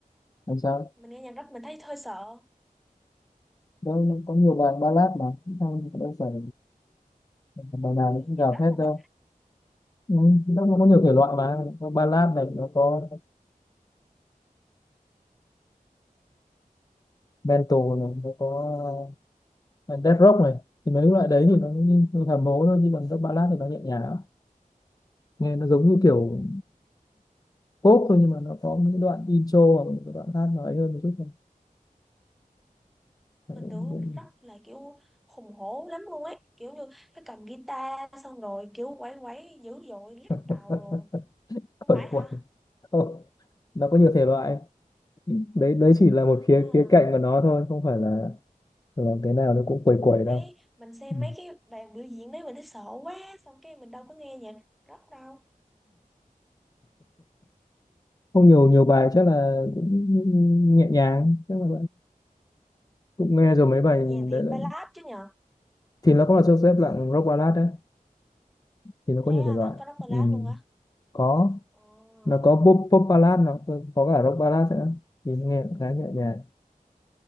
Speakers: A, on the left; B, in the centre.
A: làm sao
B: mình nghe nhạc rock mình thấy hơi sợ
A: Đâu nó có nhiều bài ballad mà không đâu phải bài nào
B: Cái
A: nó
B: gì
A: cũng
B: nhạc
A: gào
B: rock
A: thét đâu
B: mà
A: Ừ, nó cũng có nhiều thể loại mà có ballad này nó có metal này nó có ờ, death rock này thì mấy loại đấy thì nó như, như hầm hố thôi chứ còn các ballad thì nó nhẹ nhàng lắm. nghe nó giống như kiểu pop thôi nhưng mà nó có những đoạn intro hoặc những cái đoạn hát nó ấy hơn một chút thôi Đấy,
B: mình
A: cũng
B: tưởng
A: cũng
B: rất là kiểu hùng hổ lắm luôn ấy kiểu như cái cầm guitar xong rồi kiểu quẩy quẩy dữ dội lắc
A: <laughs>
B: đầu rồi không
A: khởi
B: phải hả
A: quẩn Không, nó có nhiều thể loại đấy đấy chỉ là
B: à
A: một khía khía cạnh của nó thôi không phải là là cái nào nó cũng quẩy quẩy đâu
B: đấy mình xem
A: Ừ.
B: mấy cái bàn biểu diễn đấy mình thấy sợ quá xong cái mình đâu có nghe nhạc rock đâu
A: không nhiều nhiều bài chắc là cũng nhẹ nhàng chắc là cũng nghe rồi mấy bài
B: nhẹ nhàng thì
A: đấy là...
B: ballad chứ nhờ
A: thì nó cũng là xếp dạng rock ballad đấy thì nó có
B: thế
A: nhiều
B: à
A: thể loại
B: có rock ballad
A: ừ.
B: luôn hả
A: có
B: Ờ,
A: nó có pop, pop ballad nó có, có cả rock ballad nữa thì nó nghe cũng khá nhẹ nhàng